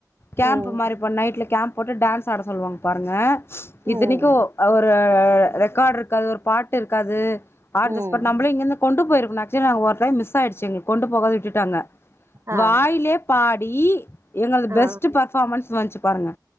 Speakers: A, on the left (about 35°); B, on the right (about 40°).
A: கேம்ப்
B: ம்
A: மாரிப்பா நைட்ல கேம்ப் போட்டு டான்ஸ் ஆட சொல்லுவாங்க பாருங்க இத்தனைக்கும்
B: ம்
A: ஒரு ரெக்கார்டு இருக்காது ஒரு பாட்டு இருக்காது ஆன்தஸ்பாட்
B: ம்
A: நம்மளும் இங்கிருந்து கொண்டு போயிருக்கணு ஆக்சுவலா நாங்க ஒரு டயம் மிஸ் ஆயிடுச்சுங்க கொண்டு போகது விட்டுட்டாங்க
B: ஆ
A: வாயிலேயே பாடி எங்களது
B: ஆ
A: பெஸ்ட் பர்ஃபார்மன்ஸ் வந்துச்சு பாருங்க